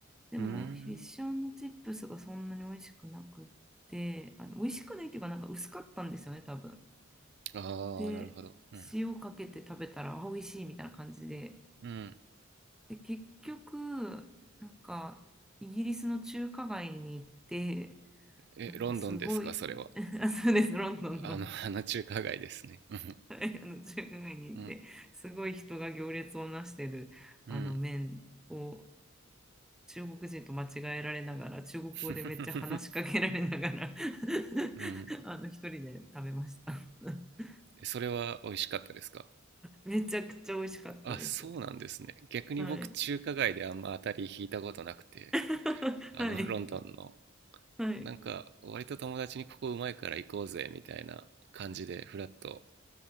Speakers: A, in the centre; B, on the right.
A: でも、
B: うん。
A: フィッシュチップスがそんなに美味しくなくって、あの美味しくないっていうか、なんか薄かったんですよね、多分。
B: ああ、
A: で、
B: なるほど。うん。
A: 塩かけて食べたら、あ美味しいみたいな感じで。
B: うん。
A: で、結局、なんか、イギリスの中華街に行って、
B: え、
A: なんかすごい、
B: ロンドンですか、それは。
A: <laughs> あそうです、ロンドンの、
B: あの、<laughs> あの中華街ですね。うん。
A: <laughs> はいあの中華街に行って、
B: うん。
A: すごい人が行列をなしてるあの麺を
B: うん。
A: 中国人と間違えられながら、中国語でめっちゃ話しかけられながら
B: <laughs>
A: <laughs>
B: うん。
A: あの、一人で食べました。<laughs>
B: それは美味しかったですか
A: めちゃくちゃ美味しかったです。
B: あ、そうなんですね。逆に僕、
A: はい。
B: 中華街であんま当たり引いたことなくて、
A: <laughs>
B: あの、
A: はい。
B: <laughs> ロンドンの、
A: はい。
B: なんか、割と友達にここうまいから行こうぜ、みたいな感じで、フラッと